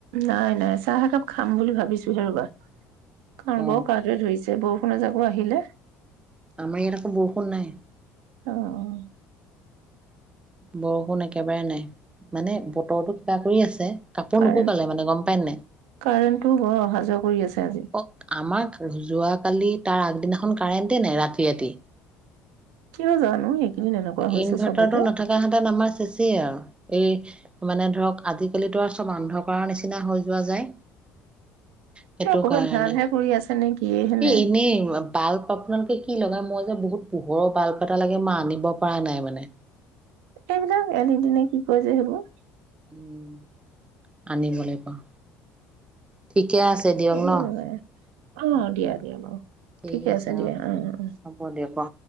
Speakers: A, on the right; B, on the right.
A: নাই নাই চাহ একাপ খাম বুলি ভাবিছো হে ৰবা! কাৰণ
B: অ
A: ব কাগতৰিছে বুত। কোনে জাকো আহিলে।
B: আমাৰ ইৰক বৰষুণ নাই।
A: অ, অ
B: বৰষুণ একেবাৰে নাই মানে বতৰৰতো কিবা কৰি আছে। কাপোৰ
A: কাৰেণ্ট
B: নুশুকালে মানে গম পায় নাই
A: কাৰেণ্টটো অ অহা যোৱা কৰি আছে। আজি
B: অ আমাক ৰো যোৱা। কালি তাৰ আগদিনাখন কাৰেণ্টে নাই ৰাতি, ৰাতি।
A: কিয় জানো এইকেইদিন এনেকুৱা হৈছে
B: ইনভাৰ্টাৰটো
A: চবতে।
B: নথকা হাতত আমাৰ শেষেই আৰু এই মানে ধৰক আজিকালিতো আৰু চব অন্ধকাৰ নিচিনা হৈ যোৱা যায়। সেইটো
A: কিবা ক'ৰবাত
B: কাৰণে
A: ঘাঁহ-ঘাঁহ কৰি আছে নে কিয়ে হেনে
B: এ এনে বাল্ব আপোনালোকে স লগাই মই যে বহুত পোহৰৰ বাল। এটা লাগে মই আনিব পৰা নাই মানে।
A: এইবিলাক এদ দিনে কি কয় যে সেইবোৰ
B: উম আনিবলৈ কাওঁ ঠিক ঠিকে আছে দিয়ক
A: সেইবোৰে
B: ন।
A: লগাই অ দিয়া দিয়া অ
B: ঠিক
A: ঠিকে
B: আছে
A: দিয়া
B: অ
A: অ'।
B: হ'ব দিয়ক অ।